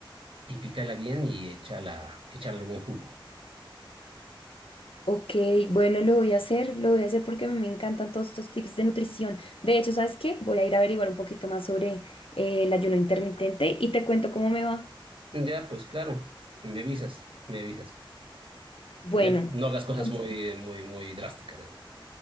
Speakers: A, on the right (about 75°); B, on the left (about 80°).
A: y pícala bien y échala, échala algún jugo.
B: Ok, bueno, lo voy a hacer, lo voy a hacer porque a mí me encantan todos estos tips de nutrición. De hecho, ¿sabes qué? Voy a ir a averiguar un poquito más sobre eh, el ayuno intermitente y te cuento cómo me va.
A: Ya, pues claro, me avisas, me avisas.
B: Bueno,
A: Ya, no hagas cosas
B: entonces,
A: muy, muy, muy drásticas. ya